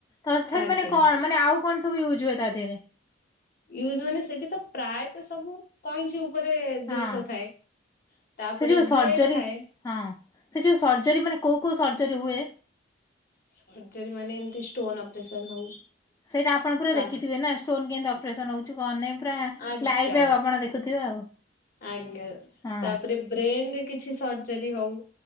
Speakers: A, on the left; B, on the left.
A: ତଥାପ
B: ଆଜ୍ଞା।
A: ମାନେ କଣ ମାନେ ଆଉ କଣ ସବୁ ୟୁଜ୍ ହୁଏ ତା ଦେହରେ?
B: ୟଜ ମାନେ ସେଠି ତ ପ୍ରାୟତ ସବୁ କଇଁଛି ଉ ଉପରେ
A: ହଁ।
B: ଜିନିଷ ଥାଏ ତାପରେ
A: ସେ ଯୋଉ ସର୍ଜରୀ
B: ବ୍ଲେଡ ଥାଏ।
A: ହଁ ସେ ଯୋଉ ସର୍ଜରୀ ମାନେ କୋଉ କୋଉ ସର୍ଜରୀ ହୁଏ?
B: ସର୍ଜରୀ ମାନେ ଏମିତି ଷ୍ଟୋନ ଅପରେସନ ହଉ
A: ସେଇଟା ଆପଣ ପୁର
B: ତା
A: ଦେଖିଥିବେ ନା ଷ୍ଟୋନ କେମୀତି ଅ ଅପରେସନ ହଉଛି କଣ ନାଇଁ ପୁରା
B: ଆଜ୍ଞା
A: ଲାଇଫି ଆଉ ଆପଣ ଦେଖୁଥିବେ ଆଉ।
B: ଆଜ୍ଞା
A: ହଁ
B: ତାପରେ ବ୍ରେନରେ କିଛି ସର୍ଜରୀ ହଉ।